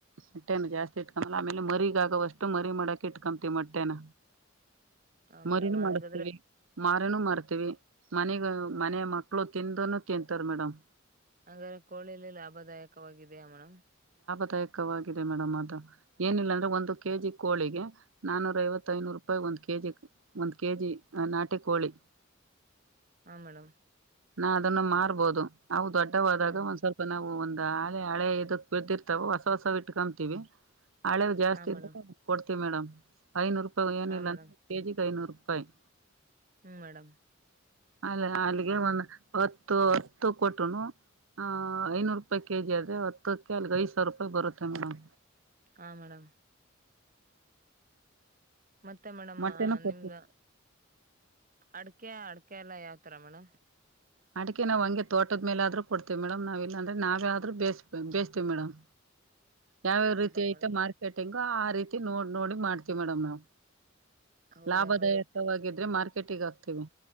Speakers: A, on the right (about 80°); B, on the right (about 45°).
A: ಮಟ್ಟೇನು ಜಾಸ್ತಿ ಇಟ್ಕೊ ಮ ಆಮೇಲೆ ಮರಿಗ ಆಗವಷ್ಟು ಮರಿ ಮಾಡಕ ಇಟ್ಕೊತಿ ಮೊಟ್ಟೆನ
B: ಹ ಮೇಡಮ್
A: ಮರಿನೂ
B: ಹಂಗ
A: ಮಾಡಿಸ್ತೀವಿ
B: ಅದ್ರೆ
A: ಮಾರನೂ ಮಾರ್ತೀವಿ ಮನೆಗ ಮನೆಯ ಮಕ್ಳು ತಿಂದನ ತಿಂತಾರ ಮೇಡಮ್
B: ಹಾಗ್ರೆ ಕೋಳಿಲ್ಲಿ ಲಾಭದಾಯಕವಾಗಿದೆಯ ಮೇಣ್
A: ಾಯಕವಾಗಿದೆ ಮೇಡಮ್ ಅದು ಏನಿಲ್ಲ ಅಂದ್ರೆ ಒಂದು ಕೆ ಜಿ ಕೋಳಿಗೆ ನಾನೂರ ಐವತ್ತ ಐನೂರು ರೂಪಾಯಿ ಒಂದು ಕೆಜಿ ಒಂದು ಕೆ ಜಿ ಆ ನಾಟೆ ಕೋಳಿ
B: ಹಾ ಮೇಡಮ್
A: ನಾ ಅದನ್ನು ಮಾರ್ಬೋದು ನಾವು ದೊಡ್ಡವಾದಾಗ
B: ಹ್ಮ್
A: ಒಂದ್ ಸ್ವಲ್ಪ ನಾವು ಒಂದ ಳೆ ಹಳೆ ಇದಕ್ ಬ್ದಿರ್ತಾವ ಹೊಸ ಹೊಸ ಇಟ್ಕೊತೀವಿ ಹಳೆ ಜಾಸ್ತಿ
B: ಹಾ ಮೇಡಮ್
A: ಇದ್ರೆ ಕೊಡ್ ಮೇಡಮ್ ಐನೂರು ರೂಪಿ ಏನಿಲ್ಲ
B: ಹಾ ಮೇಡಮ್
A: ಕೆಿ ಐನೂರುಾಯಿ ಫೈನ್
B: ಹ್ಮ್ ಮೇಡಮ್
A: ಅಲ್ಲಿ ಅಲ್ಲಿಗೆ ಒಂದು ಹತ್ತು ಹತ್ತು ಕೊಟ್ಟನು ಆ ಐನೂರು ರೂಪಾಯಿ ಕೆಜಿ ಆದ್ರೆ ಹತ್ತಕ್ಕೆ ಅಲ್ಲಿಗೆ ಐದ್ ಸಾವಿರ ರೂಪಾಯಿ ಬರುತ್ತೆ ಮೇಡ್
B: ಹಾ ಮೇಡಮ್ ಮತ್ತೆ ಮೇಡಮ್
A: ಮೊಟ್ಟೆನೂ
B: ನಿಮ್ದ
A: ಕೊಡ್ತೀವಿ
B: ಅಡಕೆ ಅಡ್ಕೆ ಎಲ್ಲ ಯಾವ್ ತರ ಮೇಡಮ್
A: ಅಡಿಕೆ ನಾವವು ಹಂಗೆ ತೋಟದ ಮೇಲೆ ಆದ್ರೂ ಕೊಡ್ತೇವಿ ಮೇಡಮ್ ನಾವ್ ಇಲ್ಲಾಂದ್ರೆ ನಾವೇ ಆದ್ೂ ಬೇ ಬೇಯತೀವಿ ಮೇಡಮ್ ಯಾವ್ಯಾವ
B: ಹೌದಾ
A: ರೀತಿ
B: ಮೇಡಮ್
A: ಐತ ಮಾರ್ಕೆಟಿಂಗ್ ಆ ರೀತಿ ನೋಡ್ ನೋಡಿ ಮಾಡ್ತಿೀವಿ ಮೇಡಮ್ ನಾವವು
B: ಹೌದಾ
A: ಲಾಭದಾಯಕವಾಗಿದ್ರೆ
B: ಮೇಡಮ್
A: ಮಾರ್ಕೆ ಕೆಟಿಿಗೆ ಹಾಕ್ತಿೀವಿ.